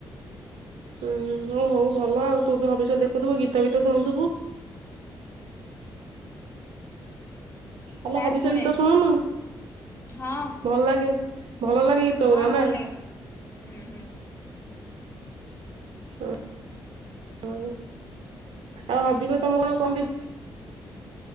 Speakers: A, on the right; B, on the left.
A: ଉୁଁ ଓ ହଉ ଭଲ ଆଉ ତୁ ବି ଭବିଷ୍ୟତ ଦେଖୁଥିବୁ ଗୀତା ବୀତା ସୁନୁଥିବୁ। ଆଲେ
B: ପ୍ରାୟ
A: ହବିଷ
B: ଶୁଣେ
A: ଗୀତ ଶୁଣୁନୁୁଁ
B: ହଁ
A: ଭଲ ଲାଗେ ଭଲ ଲାଗେ। ଗୀତ
B: ହଁ
A: ଗୁରା ନା
B: ଭଲ ଲାଗେ ହୁଁ, ହୁଁ।
A: ହ ହ ଆଉ ହବିିଶ ତମର କଣ କହନ୍ତି